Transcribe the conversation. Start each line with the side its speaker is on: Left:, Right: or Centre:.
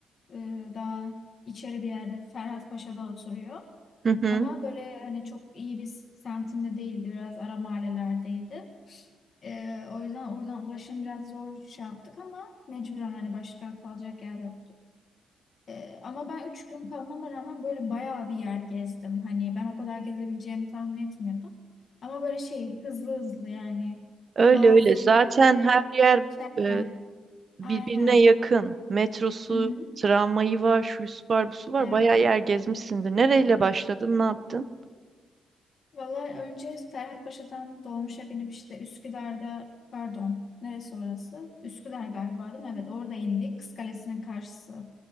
Left: E, daha içeri bir yerde Ferhat Paşa'da oturuyor.
Right: Hı hı.
Left: Ama böyle hani çok iyi bir semtinde değildi. Biraz ara mahallelerdeydi. E, o yüzden oradan ulaşım biraz zor şey yaptık ama mecburen hani başka kalacak yer yoktu. Ee, ama ben üç gün kalmama rağmen böyle bayağı bir yer gezdim. Hani ben o kadar gezebileceğimi tahmin etmiyordum. Ama böyle şey hızlı hızlı yani
Right: Öyle
Left: bazı
Right: öyle. Zaten
Left: yerlere
Right: her yer
Left: geçerken
Right: e, birbirine
Left: aynen.
Right: yakın. Metrosu,
Left: Hı hı.
Right: tramvayı var, şusu var, busu var.
Left: Evet.
Right: Bayağı yer gezmişsindir. Nereyle başladın, ne yaptın?
Left: Valla önce Ferhatpaşa'dan dolmuşa binip işte Üsküdar'da pardon neresi orası? Üsküdar galiba değil mi? Evet orada indik. Kız Kalesi'nin karşısı.